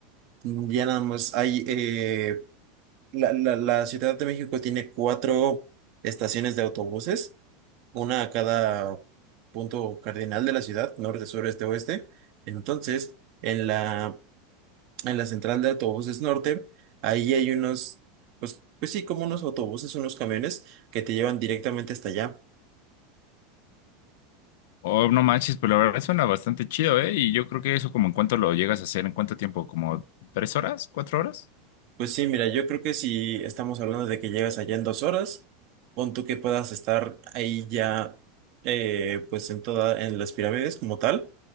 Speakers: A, on the right; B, on the left.
A: Ya nada más, hay, eh, la, la, la Ciudad de México tiene cuatro estaciones de autobuses, una a cada punto cardinal de la ciudad, norte, sur, este, oeste. Entonces, en la, en la central de autobuses norte, ahí hay unos, pues, pues sí, como unos autobuses, unos camiones que te llevan directamente hasta allá.
B: Oh, no manches, pues la verdad suena bastante chido, ¿eh? Y yo creo que eso como en cuánto lo llegas a hacer, ¿en cuánto tiempo? ¿Como tres horas? ¿Cuatro horas?
A: Pues sí, mira, yo creo que si estamos hablando de que llegas allá en dos horas, pon tú que puedas estar ahí ya, eh, pues en toda, en las pirámides como tal,